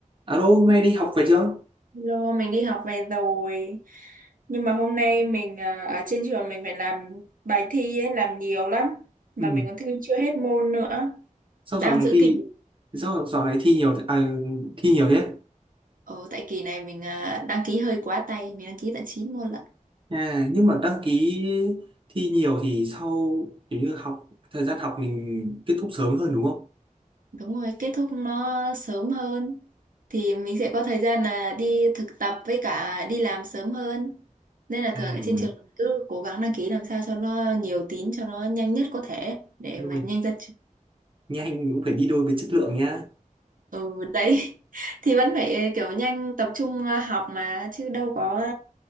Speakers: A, on the right; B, on the right.
A: Alo, hôm nay đi học về chưa?
B: Lô, mình đi học về rồi. Nhưng mà hôm nay mình à, ở trên trường mình phải làm bài thi ấy, làm nhiều lắm. Mà
A: Ừ.
B: mình còn thi chưa hết môn nữa.
A: Sao
B: Đang
A: dạo này
B: giữ
A: thi
B: kỳ.
A: sao dạo này thi nhiều à, thi nhiều thế?
B: Ồ, tại kỳ này mình à, đăng ký hơi quá tay, mình đăng ký tận 9 môn lận.
A: À, nhưng mà đăng ký thi nhiều thì sau kiểu như học thời gian học mình kết thúc sớm hơn đúng không?
B: Đúng rồi, kết thúc nó sớm hơn. Thì mình sẽ có thời gian là đi thực tập với cả đi làm sớm hơn. Nên là
A: À,
B: thường ở trên trường cứ cố gắng đăng ký làm sao cho nó nhiều tín, cho nó nhanh nhất có thể để
A: đúng
B: mà
A: rồi.
B: nhanh ra
A: Nhanh cũng phải đi đôi với chất lượng nhá.
B: Ừ đấy <laughs> thì vẫn phải ờ, kiểu nhanh tập trung ờ, học mà chứ đâu có ờ,